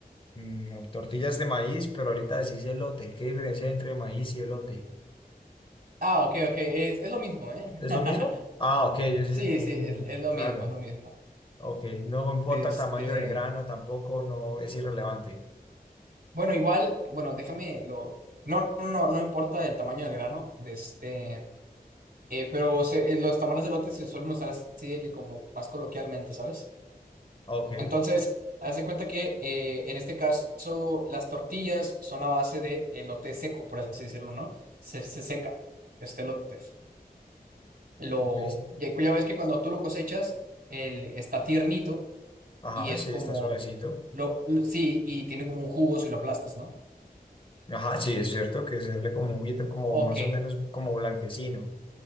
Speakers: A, on the left (about 30°); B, on the right (about 65°).
A: Mm, tortillas de maíz, pero ahorita decís elote. ¿Qué diferencia hay entre maíz y elote?
B: Ah, ok, ok, es, es lo mismo, ¿eh?
A: ¿Es
B: <laughs>
A: lo mismo? Ah, ok, yo sí,
B: Sí,
A: como
B: sí,
A: mm,
B: es, es lo
A: raro.
B: mismo, es lo mismo.
A: Ok, no importa
B: Este...
A: el tamaño del grano tampoco, no es irrelevante.
B: Bueno, igual, bueno, déjame lo. No, no, no, no importa el tamaño del grano, de este, eh, pero se- eh, los tamales de elote se suelen usar así de que como más coloquialmente, ¿sabes?
A: Ah, Ok,
B: Entonces, haz de cuenta que eh, en este caso las tortillas son a base de elote seco, por así decirlo, ¿no? Se, se seca este elote. Lo,
A: ¿ves?
B: ya, ya ves que cuando tú lo cosechas, él está tiernito
A: Ajá,
B: y es
A: sí,
B: como,
A: está suavecito.
B: lo, lo- sí, y tiene como un jugo si lo aplastas, ¿no?
A: Ajá, sí, es cierto que se ve como un guito, como
B: Ok.
A: más o menos como blanquecino.